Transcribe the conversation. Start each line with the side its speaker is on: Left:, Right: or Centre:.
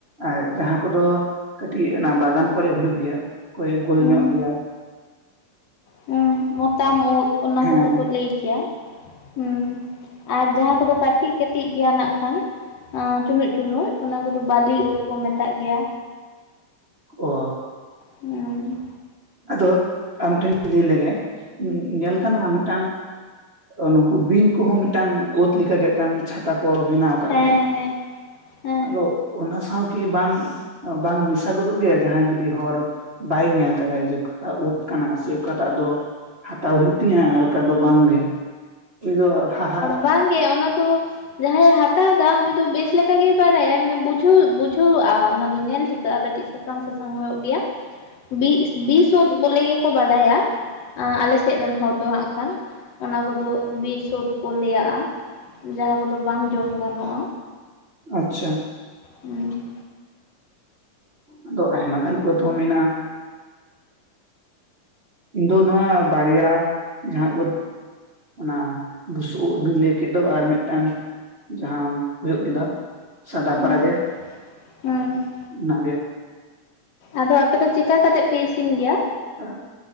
Right: ᱟᱭ ᱡᱟᱦᱟᱸ ᱠᱚᱫᱚ ᱠᱟᱹᱴᱤᱡ ᱚᱱᱟ ᱵᱟᱜᱟᱱ ᱠᱚᱨᱮᱜ ᱦᱩᱭᱩᱜ ᱜᱮᱭᱟ᱾ ᱚᱠᱚᱭ ᱜᱳᱞ
Left: ᱦᱩᱸ᱾
Right: ᱧᱚᱜ ᱜᱮᱭᱟ
Left: ᱦᱩᱸ ᱢᱚᱛᱟᱢ ᱳᱫᱽ ᱚᱱᱟ
Right: ᱦᱮᱸ
Left: ᱠᱚᱫᱚ ᱠᱚ ᱞᱟᱹᱭ ᱜᱮᱭᱟ᱾ ᱦᱩᱸ, ᱟᱨ ᱡᱟᱦᱟᱸ ᱠᱚᱫᱚ ᱠᱟᱹᱴᱤᱡ ᱠᱟᱹᱴᱤᱡ ᱜᱮᱭᱟ ᱱᱟᱜ ᱠᱷᱟᱱ᱾ ᱟᱸ ᱪᱩᱱᱩᱡ ᱪᱩᱱᱩᱡ, ᱚᱱᱟ ᱠᱚᱫᱚ ᱵᱟᱹᱞᱤ ᱳᱫᱽ ᱠᱚ ᱢᱮᱛᱟᱜ ᱜᱮᱭᱟ᱾
Right: ᱚ᱾
Left: ᱦᱩᱸ᱾
Right: ᱟᱫᱚ ᱟᱨ ᱢᱤᱫᱴᱮᱱ ᱤᱧ ᱠᱩᱞᱤ ᱞᱮᱜᱮ᱾ ᱧᱮᱞ ᱠᱟᱱ ᱦᱟᱸ ᱢᱤᱫᱴᱟᱝ ᱚ ᱱᱩᱠᱩ ᱵᱤᱧ ᱠᱚᱦᱚᱸ ᱢᱤᱫᱴᱟᱝ ᱳᱫᱽ ᱞᱮᱠᱟ ᱜᱮ ᱢᱤᱫᱴᱟᱝ ᱪᱷᱟᱛᱟ ᱠᱚ ᱵᱮᱱᱟᱣ ᱠᱟᱜ
Left: ᱦᱮᱸ
Right: ᱜᱮ
Left: ᱦᱮᱸ ᱦᱮᱸ
Right: ᱟᱫᱚ ᱚᱱᱟ ᱥᱟᱣ ᱠᱤ ᱵᱟᱝ ᱵᱟᱝ ᱢᱮᱥᱟ ᱜᱚᱫᱚᱜ ᱜᱮᱭᱟ ᱡᱟᱦᱟᱸᱭ ᱡᱩᱫᱤ ᱦᱚᱨ ᱵᱟᱭ ᱧᱮᱞ ᱠᱟᱫᱟᱭ ᱡᱮ ᱚᱠᱟᱴᱟᱜ ᱳᱫᱽ ᱠᱟᱱᱟ ᱥᱮ ᱚᱠᱟᱴᱟᱜ ᱫᱚ ᱦᱟᱛᱟᱣ ᱦᱩᱭᱩᱜ ᱛᱤᱧᱟ ᱟᱨ ᱚᱠᱟ ᱫᱚ ᱵᱟᱝ ᱜᱮ᱾ ᱤᱧ ᱫᱚ ᱦᱟᱦᱟ
Left: ᱵᱟᱝ ᱜᱮ ᱚᱱᱟ ᱫᱚ ᱡᱟᱦᱟᱸᱭᱮ ᱦᱟᱛᱟᱣᱫᱟ ᱩᱱᱤ ᱫᱚ ᱵᱮᱥ ᱞᱮᱠᱟᱜᱮᱭ ᱵᱟᱰᱟᱭᱟᱭ ᱢᱟᱱᱮ ᱵᱩᱡᱷᱟᱹᱣ ᱵᱩᱡᱷᱟᱹᱣᱼᱟ ᱚᱱᱟ ᱫᱚ ᱧᱮᱞ ᱴᱷᱤᱠ ᱠᱟᱜ-ᱟ ᱠᱟᱹᱴᱤᱡ ᱥᱟᱥᱟᱝ ᱥᱟᱥᱟᱝ ᱦᱳᱭᱳᱜ ᱜᱮᱭᱟ᱾ ᱵᱤᱥ ᱵᱤᱥᱳᱫ ᱵᱚᱞᱮ ᱜᱮᱠᱚ ᱵᱟᱰᱟᱭᱟ᱾ ᱟᱸ ᱟᱞᱮᱥᱮᱫ ᱨᱮᱱ ᱦᱚᱲ ᱫᱚ ᱦᱟᱸᱜ ᱠᱷᱟᱱ᱾ ᱚᱱᱟ ᱠᱚᱫᱚ ᱵᱤᱥ ᱪᱳᱫ ᱠᱚ ᱞᱟᱹᱭᱟᱜᱼᱟ᱾ ᱡᱟᱦᱟᱸ ᱠᱚᱫᱚ ᱵᱟᱝ ᱡᱚᱢ ᱜᱟᱱᱚᱜᱼᱟ᱾
Right: ᱟᱪᱪᱷᱟ᱾
Left: ᱦᱩᱸ᱾
Right: ᱟᱫᱚ ᱟᱭᱢᱟ ᱜᱟᱱ ᱳᱫᱽ ᱦᱚᱸ ᱢᱮᱱᱟᱜᱼᱟ᱾ ᱤᱧ ᱫᱚ ᱱᱚᱣᱟ ᱵᱟᱨᱭᱟ ᱡᱟᱦᱟᱸ ᱳᱫᱽ ᱚᱱᱟ ᱵᱩᱥᱩᱵ ᱳᱫᱽ ᱵᱤᱱ ᱞᱟᱹᱭ ᱠᱮᱫ ᱫᱚ ᱟᱨ ᱢᱤᱫᱴᱟᱱ ᱡᱟᱦᱟᱸ ᱦᱳᱭᱳᱜ ᱠᱮᱫᱟ᱾ ᱥᱟᱫᱟ
Left: ᱦᱩᱸ
Right: ᱯᱟᱨᱟ ᱜᱮ,
Left: ᱦᱩᱸ
Right: ᱚᱱᱟ ᱜᱮ᱾
Left: ᱟᱫᱚ ᱟᱯᱮ ᱫᱚ ᱪᱮᱠᱟ ᱠᱟᱛᱮᱜ ᱯᱮ ᱤᱥᱤᱱ ᱜᱮᱭᱟ?
Right: ᱟ